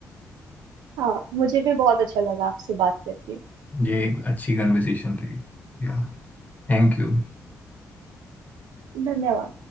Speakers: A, on the right; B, on the left.
A: हाँ मुझे भी बहुत अच्छा लगा आपसे बात करके
B: ये एक अच्छी कन्वर्सेशन रही या थैंक यू
A: धन्यवाद